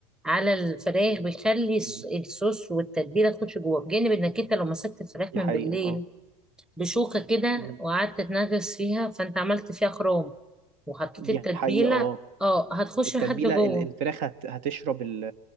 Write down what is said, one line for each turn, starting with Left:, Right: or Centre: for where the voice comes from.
Centre: على الفراخ بيخلي الص-
Right: مم.
Centre: الصوص والتتبيله تخش جوه بجانب انك انت لو مسكت الفراخ
Right: دي
Centre: من
Right: حقيقة
Centre: بالليل
Right: اه
Centre: بشوكه كده
Right: مم.
Centre: وقعدت تنغص فيها فانت عملت فيها خروم وحطيت
Right: دي
Centre: التتبيله
Right: حقيقة اه
Centre: اه هتخش
Right: التتبيلة
Centre: لحد جوه
Right: ال- الفراخ هت- هتشرب ال